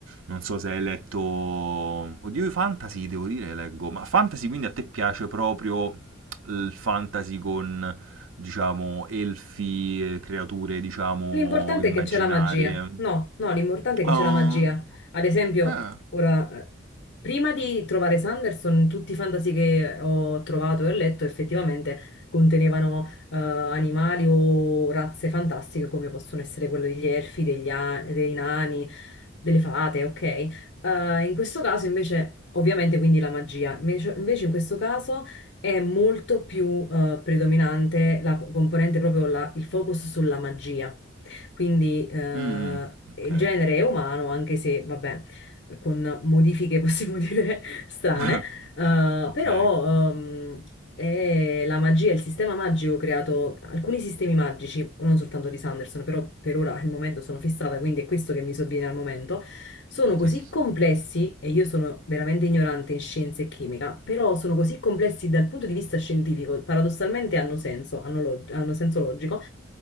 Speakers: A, on the right (about 80°); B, on the left (about 65°).
A: Non so se hai letto... Oddio, i fantasy, devo dire, leggo. Ma fantasy quindi a te piace proprio il fantasy con diciamo, elfi, creature, diciamo,
B: L'importante
A: immaginarie.
B: è che c'è la magia. No, no, l'importante è che
A: Ah,
B: c'è la magia. Ad esempio,
A: eh,
B: ora, eh, prima di trovare Sanderson, tutti i fantasy che ho trovato e ho letto effettivamente contenevano eh, animali o razze fantastiche come possono essere quelle degli elfi, degli a- dei nani, delle fate, ok? Eh, in questo caso invece, ovviamente, quindi la magia. Invece, invece in questo caso è molto più eh, predominante la componente proprio la- il focus sulla magia. Quindi eh,
A: mm, mm,
B: il
A: ok,
B: genere è umano, anche se, vabbè, con modifiche possiamo <laughs> dire strane,
A: <laughs>
B: eh,
A: ok,
B: però ehm, è la magia, il sistema magico creato, alcuni sistemi magici, non soltanto di Sanderson, però per ora al momento sono fissata, quindi è questo che mi sovviene al momento, sono così
A: sì, sì, sì,
B: complessi, e io sono veramente ignorante in scienze e chimica, però sono così complessi dal punto di vista scientifico, paradossalmente hanno senso, hanno, lo- hanno senso logico,